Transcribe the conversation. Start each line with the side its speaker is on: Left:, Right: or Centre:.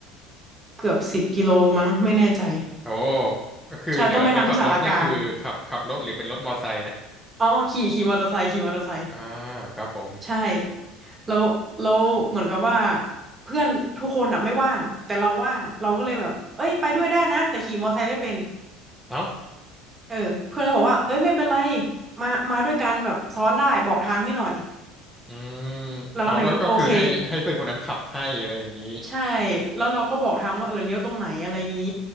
Right: เกือบสิบกิโลมั้งไม่แน่ใจ
Centre: โอ้ก็คือเดี๋ยวเดี๋ยวขับรถนี่คือขับขับรถหรือเป็นรถมอไซค์นะ
Right: ใช่ต้องไปทำที่ศาลากลางอ๋อขี่ขี่มอเตอร์ไซค์ขี่มอเตอร์ไซค์
Centre: อ่าครับผม
Right: ใช่แล้วแล้วเหมือนกับว่าเพื่อนทุกคนอ่ะไม่ว่างแต่เราว่างเราก็เลยแบบเอ้ยไปด้วยได้นะแต่ขี่มอเตอร์ไซค์ไม่เป็น
Centre: เอ้า
Right: เออเพื่อนก็บอกว่าเอ้ยไม่เป็นไรมามาด้วยกันแบบซ้อนได้บอกทางให้หน่อย
Centre: อืม
Right: เราก็เลยโอเค
Centre: เอาก็ก็คือให้ให้เพื่อนคนนั้นขับให้อะไรอย่างนี้
Right: ใช่แล้วเราก็บอกทางว่าเออเลี้ยวตรงไหนอะไรงี้